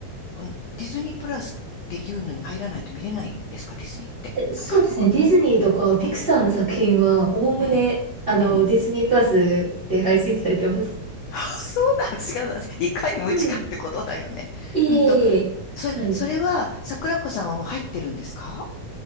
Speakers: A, on the left (about 85°); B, on the right (about 65°).
A: あの、ディズニープラスっていうのに入らないと見れないですか、ディズニーって。
B: え、そうですね。
A: なんか、<laughs> この、
B: ディズニーとかピクサーの作品は、
A: うん、
B: おおむね、
A: うん、
B: あの、
A: うん。
B: ディズニープラスで配信されてます。
A: <laughs> そうなんですよ。いかに無知かってことだよね。
B: うん。いえいえいえ。
A: うんと、それ、
B: はい。
A: それは、桜子さんはもう入ってるんですか